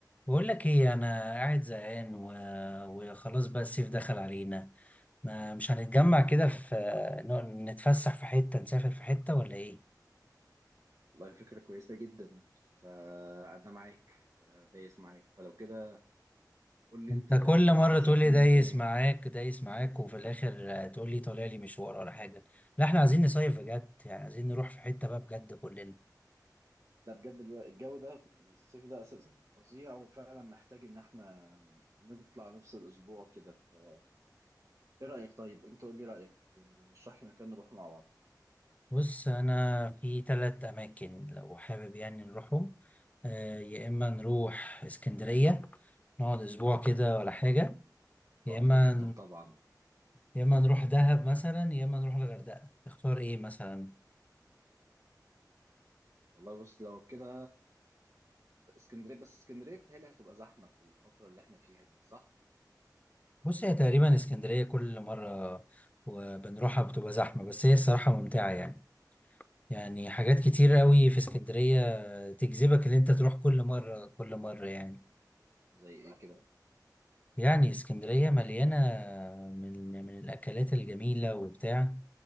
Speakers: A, on the left; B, on the right.
A: بقول لك ايه انا قاعد زهقان و... وخلاص بقى الصيف دخل علينا ما مش هنتجمع كده في ن- نتفسح في حتة نسافر في حتة ولا ايه
B: والله فكرة كويسة جدا فأنا معاك أنا دايس معاك فلو كده قول لي
A: انت
B: أنت
A: كل مرة
B: ترشح
A: تقول لي
B: لنا
A: دايس
B: مكان إيه؟
A: معاك دايس معاك وفي الاخر تقول لي طالع لي مشوار ولا حاجة لا احنا عايزين نصيف بجد يعني عايزين نروح في حتة بقى بجد كلنا
B: لا بجد الو- الجو ده الصيف ده أساسا فظيع وفعلا محتاج إن إحنا نطلع نفصل أسبوع كده فإيه رأيك طيب؟ أنت قول لي رأيك رشح لي مكان نروح مع بعض
A: بص انا في ثلاث اماكن لو حابب يعني نروحهم آه، يا اما نروح اسكندرية نقعد اسبوع كده ولا
B: تمام
A: حاجة يا
B: تحفة
A: اما
B: جدا طبعا
A: يا اما نروح دهب مثلا يا اما نروح الغردقه تختار ايه مثلا
B: والله بص لو كده اسكندرية بس اسكندرية بتهيألي هتبقى زحمة في الفترة اللي إحنا فيها دي صح؟
A: بص هي تقريبا اسكندريه كل مره وبنروحها بتبقى زحمه بس هي الصراحه ممتعه يعني يعني حاجات كتير قوي في اسكندريه تجذبك ان انت تروح كل مره كل مره يعني
B: زي إيه كده؟
A: يعني اسكندريه مليانه من من الاكلات الجميله وبتاع